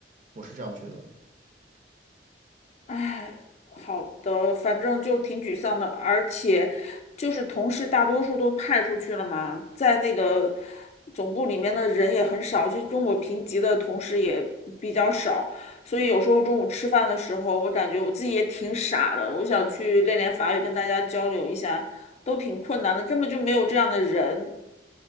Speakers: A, on the right (about 45°); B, on the left (about 40°).
A: 我是这样觉得的。
B: 唉，好的，反正就挺沮丧的，而且就是同事大多数都派出去了嘛，在那个总部里面的人也很少，就跟我平级的同事也比较少，所以有时候中午吃饭的时候，我感觉我自己也挺傻的，我想去练练法语，跟大家交流一下，都挺困难的，根本就没有这样的人。